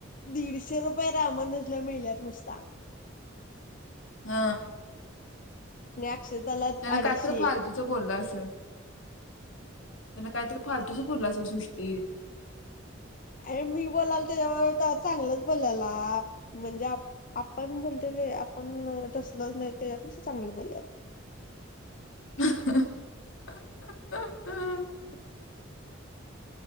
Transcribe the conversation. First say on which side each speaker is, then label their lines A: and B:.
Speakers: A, on the left; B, on the left.
A: दीड शे रुपये रामानुज मिळल्यात नुसता <inaudible>
B: हा
A: अक्षताला
B: त्यान
A: अडीचशे
B: काय तर फालतूच बोलला असेल त्यांना कायतरी फालतूच बोलला असल सृष्टी
A: अ मी बोलाल त्याच्यावर चांगलंच बोल्याला म्हणजे आपण बोलतो ते आपण तसलच नाही त्याच्यापेक्षा चांगलं बलाल
B: <inaudible>